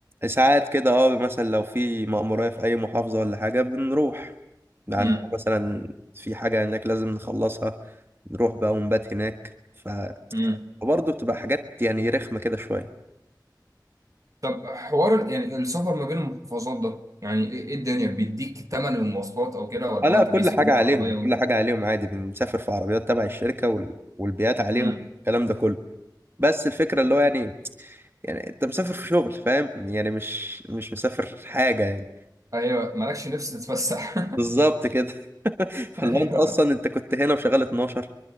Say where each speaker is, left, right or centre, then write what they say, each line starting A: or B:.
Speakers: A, on the right; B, on the right.
A: ساعات كده اه مثلا لو في مأمورية في اي محافظه ولا حاجه بنروح عندنا
B: امم
A: مثلا في حاجه هناك لازم نخلصها نروح بقى ونبات هناك ف-
B: امم
A: فبرضه بتبقى حاجات يعني رخمه كده شويه
B: طب حوار ال- يعني السفر ما بين المحافظات ده يعني ايه إيه الدنيا بيديك تمن المواصلات او كده ولا
A: اه لا
B: هو انت
A: كل
B: بيسلموك
A: حاجة عليهم
B: عربية
A: كل
B: وانت
A: حاجة عليهم عادي بنسافر في عربيات تبع الشركة وال... والبيات عليهم
B: امم
A: والكلام ده كله بس الفكرة اللي هو يعني يعني انت مسافر في شغل فاهم يعني مش مش مسافر حاجة يعني
B: ايوه مالكش نفس تتفسح
A: بالظبط كده <laughs> فاللي
B: <laughs> ايوه
A: هو انت اصلا انت كنت هنا وشغال 12